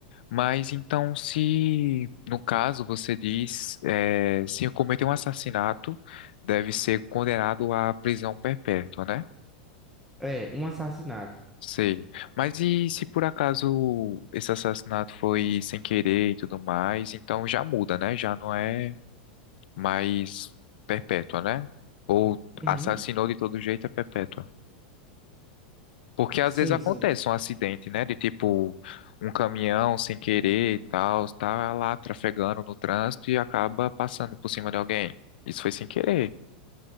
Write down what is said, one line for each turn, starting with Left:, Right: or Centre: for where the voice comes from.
Left: Mas então, se no caso você diz, é, se cometer um assassinato, deve ser condenado à prisão perpétua, né?
Centre: É, um assassinato.
Left: Sei. Mas e se por acaso esse assassinato foi sem querer e tudo mais, então já muda, né? Já não é mais perpétua, né? Ou
Centre: Uhum.
Left: assassinou de todo jeito é perpétua. Porque às
Centre: Sim,
Left: vezes acontece
Centre: sim.
Left: um acidente, né? De tipo um caminhão sem querer e tal, tá lá trafegando no trânsito e acaba passando por cima de alguém. Isso foi sem querer.